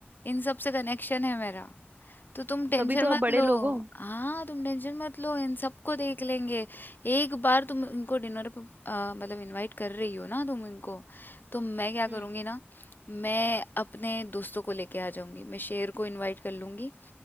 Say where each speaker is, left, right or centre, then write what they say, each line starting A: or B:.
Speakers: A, on the left; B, on the right.
A: इन सब से कनेक्शन है मेरा तो तुम टेंशन
B: तभी तो
A: मत
B: आप बड़े
A: लो
B: लोग हो
A: हाँ तुम टेंशन मत लो इन सबको देख लेंगे एक बार तुम इनको डिनर पे आ, मतलब इनवाइट कर रही हो ना तुम इनको तो मैं क्या
B: हम्म
A: करूँगी ना मैं अपने दोस्तों को लेके आ जाऊंगी मैं शेर को इनवाइट कर लूंगी